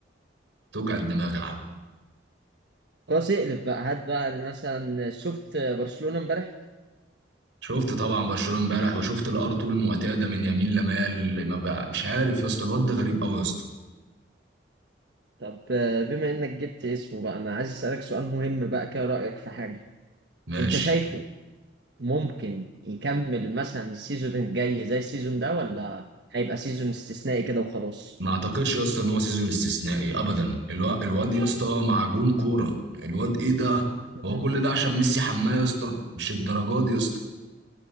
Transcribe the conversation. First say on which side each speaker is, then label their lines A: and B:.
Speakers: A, on the right; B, on the right.
A: توجع الدماغ يا عم
B: خلاص اقلب بقى هات بقى مثلا شفت برشلونه امبارح
A: شفت طبعا برشلونه امبارح وشفت الار طول المعتاده من يمين لمال ما بقى مش عارف يا اسطى الواد ده غريب قوي يا اسطى
B: طب بما انك جبت اسمه بقى انا عايز اسالك سؤال مهم بقى كده رايك في حاجه
A: ماشي
B: انت شايفه ممكن يكمل مثلا السيزون الجاي زي السيزون ده ولا هيبقى سيزون استثنائي كده وخلاص
A: ما اعتقدش يا اسطى ان هو سيزون استثنائي ابدا الوا- الواد يا اسطى معجون كوره الواد ايه ده هو
B: مم.
A: كل ده عشان ميسي حماه يا اسطى مش الدرجات دي يا اسطى